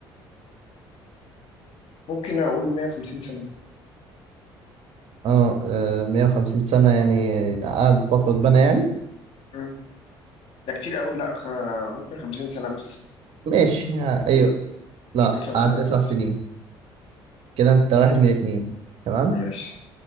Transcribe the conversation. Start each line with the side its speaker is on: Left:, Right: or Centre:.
Left: ممكن اقول 150 سنه
Right: اه آه، 150 سنة يعني قعد فترة اتبنى يعني
Left: مم. ده كتير قوي لا خ... ممكن 50 سنه بس
Right: ماشي ها- ايوه لا
Left: 9 سنوات
Right: قعد تسع سنين كده انت واحد
Left: اتفق
Right: من اتنين تمام
Left: ماشي